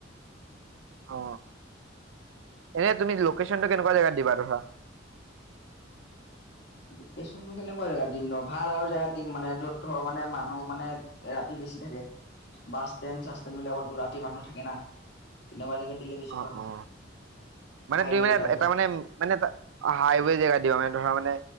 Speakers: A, on the right; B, on the left.
A: অ, এনে তুমি লোকেশ্যনটো কেনেকুৱা জেগাত দিবা ধৰা
B: লোকেশ্যনটো কেনেকুৱা জেগাত দিম ন ভাল আৰু জেগাত দিম মানে য'ত ধৰ মানে মানুহ মানে ৰাতি বেছি থাকে। বাছষ্টেণ্ড- চাছষ্টেণ্ড বিলাকত ৰাতি মানুহ থাকে না তেনেকুৱা জেগাত দিলে বেছি
A: অ,
B: ভাল হয়
A: অ, মানে
B: হাইৱে
A: তুমি মানে
B: টাইপত
A: এটা মানে মানে এটা হাইৱে জেগা দিবা মানে ধৰা মানে